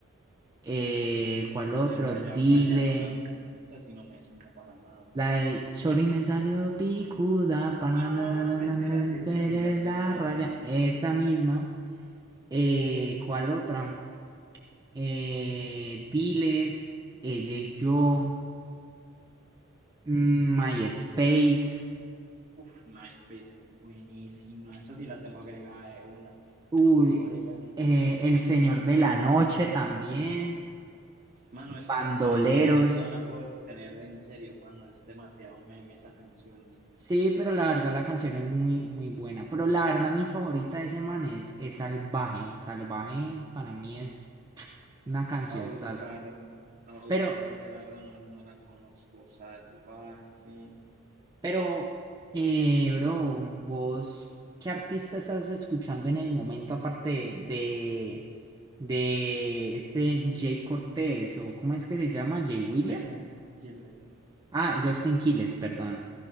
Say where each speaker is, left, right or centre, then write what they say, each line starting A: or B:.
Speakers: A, on the right; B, on the right.
A: eh, ¿cuál otro?
B: ¿Cuál es Guaya
A: Dile.
B: Guaya? No la, esta sí no me suena para nada.
A: La de Chori me salió picuda, pananana,
B: Ah, mentira, sí,
A: de
B: sí, sí, ya sé
A: la
B: cuál
A: raya,
B: es.
A: esa misma. Eh, ¿cuál otra? Eh, Diles, ella y yo, mm, MySpace.
B: Uf, MySpace es buenísima. Esa sí la tengo agregada de una.
A: Uy,
B: No sé por ella ni por
A: eh,
B: MySpace,
A: El Señor
B: no sé
A: de la
B: de ella.
A: Noche también,
B: Mano, esa
A: Bandoleros.
B: canción es, no la puedo tener de en serio, mano, es demasiado meme esa canción.
A: Sí, pero la verdad la canción es muy, muy buena. Pero la verdad mi favorita de ese man es, es Salvaje. Salvaje para mí es una canción
B: A buscar,
A: sas.
B: a buscar
A: Pero,
B: porque la verdad no, no la conozco. Salvaje.
A: pero, eh, bro, vos, ¿qué artista estás escuchando en el momento aparte de, de este Jay Cortés o cómo es que se llama? Jay Wheeler.
B: Sí, Quiles.
A: Ah, Justin Quiles, perdón.